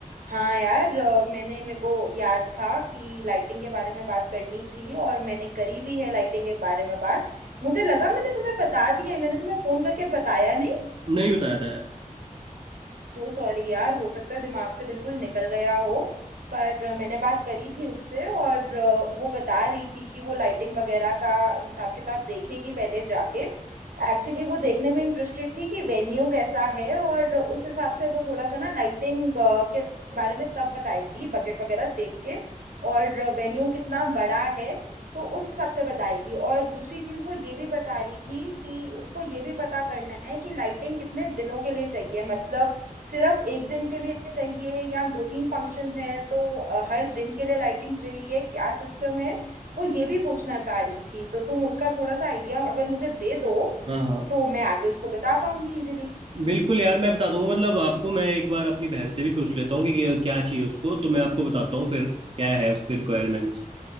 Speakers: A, on the right; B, on the right.
A: हाँ यार अ, मैंने मेरे को याद था कि लाइटिंग के बारे में बात करनी थी और मैंने करी भी है लाइटिंग के बारे में बात मुझे लगा मैंने तुम्हें बता दिया है मैंने तुम्हें फोन करके बताया नहीं
B: नहीं बताया था यार
A: सो सॉरी यार हो सकता है दिमाग से बिल्कुल निकल गया हो पर मैंने बात करी थी उससे और अ, वो बता रही थी कि वो लाइटिंग वगैरह का हिसाब किताब देखेगी पहले जाके एक्चुअली वो देखने में इंटरेस्टेड थी कि वेन्यू कैसा है और उस हिसाब से वो थोड़ा सा ना लाइटिंग के बारे में तब बताएगी बजट वगैरह देख के और वेन्यू कितना बड़ा है तो उस हिसाब से बताएगी और दूसरी चीज वो ये भी बता रही थी कि उसको ये भी पता करना है कि लाइटिंग कितने दिनों के लिए चाहिए मतलब सिर्फ एक दिन के लिए चाहिए या दो तीन फंक्शंस हैं तो अ, हर दिन के लिए लाइटिंग चाहिए क्या सिस्टम है वो ये भी पूछना चाह रही थी तो तुम उसका थोड़ा सा आइडिया अगर मुझे दे दो
B: हाँ हाँ
A: तो मैं आगे उसको बता पाऊंगी इजीली
B: बिल्कुल यार मैं बता दूंगा मतलब आपको मैं एक बार अपनी बहन से भी पूछ लेता हूँ कि क्या क्या चाहिए उसको तो मैं आपको बताता हूँ फिर क्या है उसके रिक्वायरमेंट्स